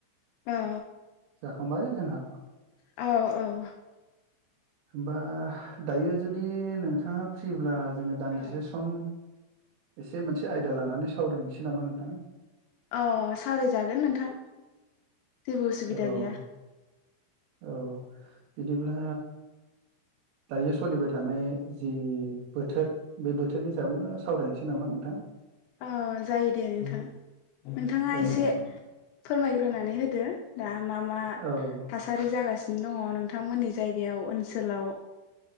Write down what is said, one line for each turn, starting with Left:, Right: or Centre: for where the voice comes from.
Left: औ
Right: जाखांबाय जोंहा
Left: औ औ
Right: होमबा दायो जुदि नोंथाङा फ्रिब्ला जोङो दान्दिसे
Left: औ
Right: सम एसे मोनसे आयदा लानानै सावरायनोसै नामा नोंथां
Left: अ सावरायजागोन नोंथां जेबो उसुबिदा
Right: औ
Left: गैया
Right: औ बिदिब्ला दायो सोलिबाय थानाय जि बोथोर बे बोथोरनि सायावनो सावरायनोसै नामा नोंथां
Left: औ जायो दे नोंथां नोंथाङा
Right: औ
Left: एसे फोरमायग्रोनानै होदो दा मा मा
Right: औ
Left: थासारि जागासिनो दङ नोंथांमोननि जायगायाव ओनसोलाव